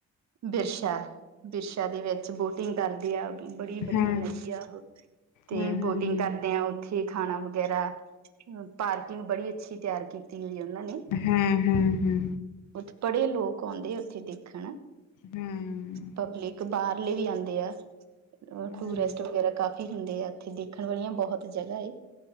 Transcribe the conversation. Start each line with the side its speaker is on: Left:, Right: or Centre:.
Right: ਬਿਰਸਾ, ਬਿਰਸਾ ਦੇ ਵਿੱਚ ਬੋਟਿੰਗ ਕਰਦੇ ਆ। ਬੜੀ ਵੱਡੀ
Left: ਹਮ
Right: ਨਦੀ ਆ ਉਹ, ਤੇ
Left: ਹਮ ਹਮ
Right: ਬੋਟਿੰਗ ਕਰਦੇ ਆ ਉੱਥੇ ਖਾਣਾ ਵਗੈਰਾ ਪਾਰਕਿੰਗ ਬੜੀ ਅੱਛੀ ਤਿਆਰ ਕੀਤੀ ਹੋਈ ਉਨਾਂ ਨੇ।
Left: ਹੂੰ ਹੂੰ ਹੂੰ।
Right: ਉੱਥੇ ਬੜੇ ਲੋਕ ਆਉਂਦੇ ਆ ਉੱਥੇ ਦੇਖਣ।
Left: ਹਮ
Right: ਪਬਲਿਕ ਬਾਹਰਲੇ ਵੀ ਆਉਂਦੇ ਆ
Left: ਹਮ
Right: ਟੂਰਿਸਟ ਵਗੈਰਾ ਕਾਫ਼ੀ। ਕਾਫੀ ਹੁੰਦੇ ਆ ਉੱਥੇ ਦੇਖਣ ਵਾਲੀਆਂ ਬਹੁਤ ਜਗ੍ਹਾ ਏ